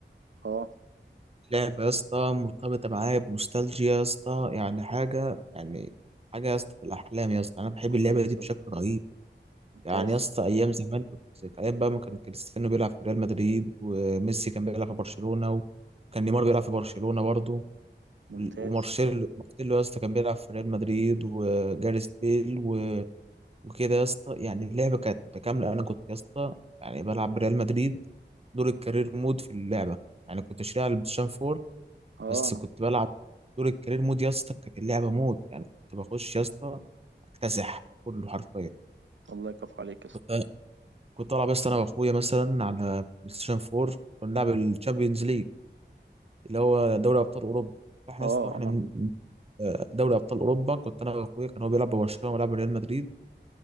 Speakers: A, on the right; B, on the right.
A: اه
B: لعبه يا اسطى مرتبطه معايا بنوستالجيا يا اسطى يعني حاجه يعني حاجه يا اسطى في الاحلام يا اسطى انا بحب
A: كويس
B: اللعبه دي بشكل
A: والله.
B: رهيب
A: ممتاز
B: يعني يا اسطى ايام زمان كنت ايام بقى ما كان كريستيانو بيلعب في ريال مدريد وميسي كان بيلعب في برشلونه وكان نيمار بيلعب في برشلونه برضه
A: ممتاز
B: ومارسيلو مارسيلو يا اسطى كان بيلعب في ريال مدريد وجاريث بيل وكده يا اسطى يعني اللعبه كانت متكامله انا كنت يا اسطى يعني بلعب بريال مدريد دور الكارير مود في اللعبه يعني كنت شاري على البلايستيشن 4
A: اه
B: بس كنت بلعب دور الكارير مود يا اسطى كانت اللعبه مود يعني كنت بخش يا اسطى اكتسح كله حرفيا
A: الله يكفو عليك يا اسطى
B: كنت كنت العب يا اسطى انا واخويا مثلا على بلايستيشن 4 كنا بنلعب الشامبيونز ليج اللي هو دوري ابطال اوروبا فاحنا
A: اه
B: يا اسطى واحنا
A: اه
B: من آه، دوري ابطال اوروبا كنت انا واخويا كان هو بيلعب ببرشلونه وبيلعب ريال مدريد